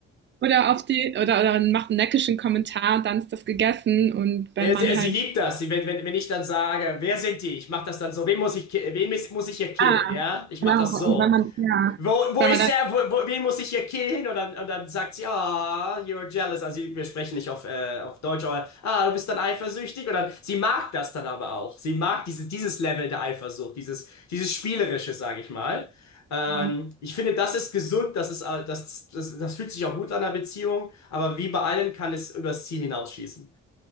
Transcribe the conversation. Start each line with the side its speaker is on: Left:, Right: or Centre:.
Right: Oder auf die, oder, oder macht einen neckischen Kommentar und dann ist das gegessen. Und
Left: Er,
Right: wenn man
Left: sie- er, sie
Right: halt,
Left: liebt das. Sie, wenn, wenn, wenn ich dann sage, wer sind die? Ich mache das dann so. Wen muss ich, ki- wen mis- muss ich hier killen?
Right: ah,
Left: Ja, ich mache
Right: genau,
Left: das so.
Right: und wenn man, ja,
Left: Wo, wo
Right: wenn
Left: ist
Right: man dann,
Left: er? Wo, wo, wen muss ich hier killen? Und dann, und dann sagt sie, ah, you're jealous. Also sie- wir sprechen nicht auf, äh, auf Deutsch, aber ah, du bist dann eifersüchtig. Und dann, sie mag das dann aber auch. Sie mag diese, dieses Level der Eifersucht, dieses, dieses Spielerische, sage ich mal. Ähm,
Right: genau,
Left: ich finde, das ist gesund, das ist, all- das, das, das fühlt sich auch gut an der Beziehung, aber wie bei allem kann es übers Ziel hinausschießen.